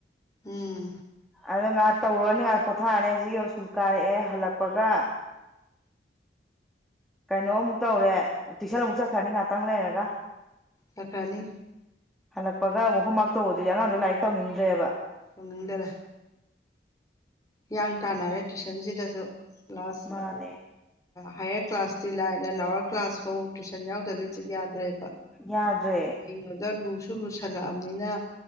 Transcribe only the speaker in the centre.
ꯑꯗꯨ ꯉꯥꯛ ꯇꯧꯔꯨꯔꯅꯤ ꯉꯥꯛ ꯄꯣꯊꯥꯔꯅꯤ ꯁꯤ ꯑꯃꯨꯛ ꯁꯨꯝ ꯀꯥꯔꯛꯑꯦ ꯍꯜꯂꯛꯄꯒ ꯀꯩꯅꯣꯃꯨꯛ ꯇꯧꯔꯦ ꯇꯨꯏꯁꯟ ꯑꯃꯨꯛ ꯆꯠꯈ꯭ꯔꯅꯤ ꯉꯥꯛꯇꯪ ꯂꯩꯔꯒ
ꯍꯜꯂꯛꯄꯒ ꯑꯃꯨꯛꯍꯣꯋꯔꯥꯛ ꯇꯧꯕ ꯑꯗꯨꯗꯤ ꯑꯉꯥꯡ ꯗꯣ ꯂꯥꯏꯔꯤꯛ ꯇꯧꯅꯤꯡꯗ꯭ꯔꯦꯕ
ꯃꯥꯅꯦ
ꯌꯥꯗ꯭ꯔꯦ